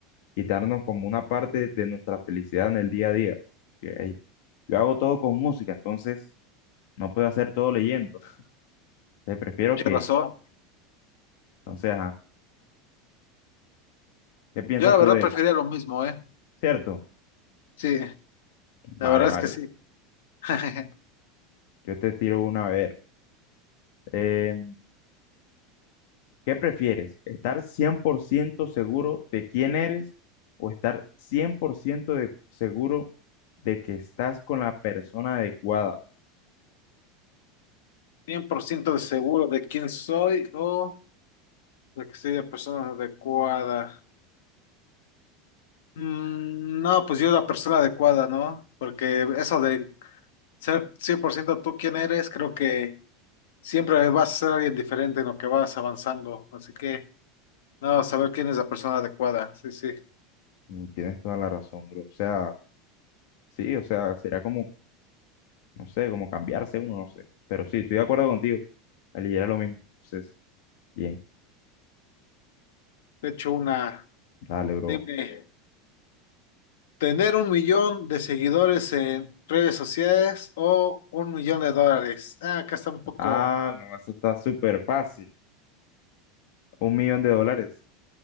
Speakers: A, on the left; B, on the left.
A: quitarnos como una parte de nuestra felicidad en el día a día. Que, ey, yo hago todo con música, entonces no puedo hacer todo leyendo. <laughs> Entonces prefiero
B: Qué
A: que,
B: razón.
A: entonces, ajá, ¿qué piensas
B: Yo la
A: tú
B: verdad
A: de,
B: prefería
A: él?
B: lo mismo, ¿eh?
A: cierto?
B: Sí, la
A: Vale,
B: verdad
A: vale,
B: es que sí. <laughs>
A: yo te tiro una a ver. eh, ¿Qué prefieres? ¿Estar 100% seguro de quién eres o estar 100% de- seguro de que estás con la persona adecuada?
B: cien por ciento de seguro de quién soy o de que soy la persona adecuada. Mm, No, pues yo la persona adecuada, ¿no? Porque eso de ser 100% tú quien eres, creo que siempre vas a ser alguien diferente en lo que vas avanzando. Así que, nada, saber quién es la persona adecuada. Sí, sí.
A: Mm, Tienes toda la razón, bro. O sea, sí, o sea, será como, no sé, como cambiarse uno, no sé. Pero sí, estoy de acuerdo contigo. Aliviera lo mismo. Entonces, bien,
B: De hecho, una,
A: dale, bro.
B: dime, tener un millón de seguidores en redes sociales o un millón de dólares. Ah, acá está un poco,
A: Ah, no, eso está súper fácil. Un millón de dólares.